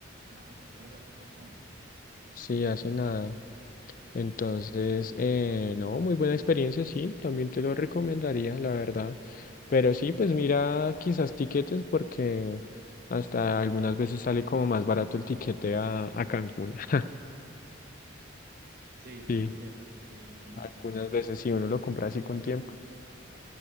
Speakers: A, on the right; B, on the left.
A: Ah, claro, hace poco.
B: sí, hace nada. Entonces, eh, no, muy buena experiencia, sí, también te lo recomendaría, la verdad. Pero sí, pues mira quizás tiquetes porque hasta algunas veces sale como más barato el tiquete a, a Cancún. <laughs>
A: Sí, sí,
B: Sí,
A: es cierto, sí,
B: algunas veces si uno lo compra así con tiempo.